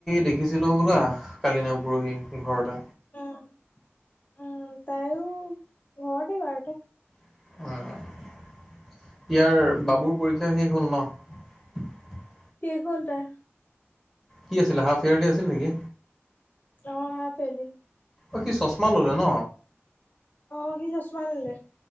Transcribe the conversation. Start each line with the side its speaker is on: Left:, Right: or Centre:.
Centre: দেখিছিলো বোলা কালি নে পৰহি ঘৰটা।
Left: উম, উম, তাইও ঘৰতে বাৰু এতিয়া।
Centre: অ'। ইয়াৰ বাবুৰ পৰীক্ষা শেষ হ'ল ন।
Left: শেষ হ'ল তাৰ।
Centre: কি আছিলে হাফ ইয়াৰলি আছিল নেকি।
Left: অ' হাফ ইয়াৰলি।
Centre: অ' সি চশমা ল'লে ন।
Left: অ', সি চছমা ল'লে।